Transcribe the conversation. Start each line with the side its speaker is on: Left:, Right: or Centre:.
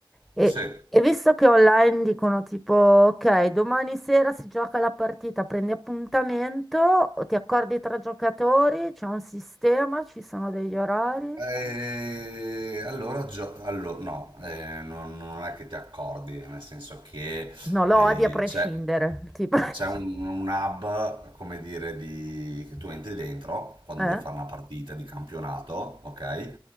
Centre: E,
Right: sì,
Centre: e visto che online dicono tipo, ok, domani sera si gioca la partita, prendi appuntamento, o ti accordi tra giocatori, c'è un sistema, ci sono degli orari.
Right: Eh, allora, gio- allo- no, eh, non, non è che ti accordi, nel senso che
Centre: No, lo
Right: eh,
Centre: odi a prescindere,
Right: c'è
Centre: tipo. <laughs>
Right: c'è un, un hub, come dire, di- che tu entri dentro quando
Centre: Eh?
Right: vuoi fare una partita di campionato, ok?